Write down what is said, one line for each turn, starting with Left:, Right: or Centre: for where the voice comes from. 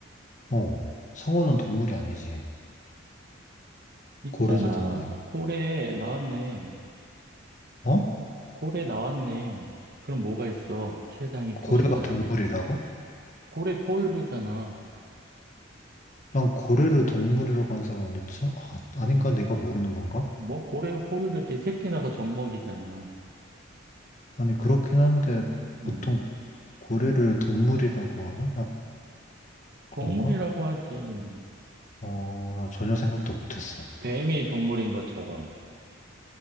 Left: 어, 상어는 동물이 아니지.
Right: 있잖아.
Left: 고래도 동물.
Right: 고래, 나왔네.
Left: 어?
Right: 고래 나왔네. 그럼 뭐가 있어? 최상위 포식자.
Left: 고래가 동물이라고?
Right: 고래 포유류잖아.
Left: 난 고래를 동물이라고 한 사람 어딨죠? 아, 아닌가? 내가 모르는 건가?
Right: 뭐 고래가 포유류지 새끼 나서 젖먹이잖아.
Left: 아니, 그렇긴 한데
Right: 응.
Left: 보통 고래를 동물이라고 하나? 나 그런가?
Right: 동물이라고 하지.
Left: 어, 나 전혀 생각도 못했어.
Right: 뱀이 동물인 것처럼.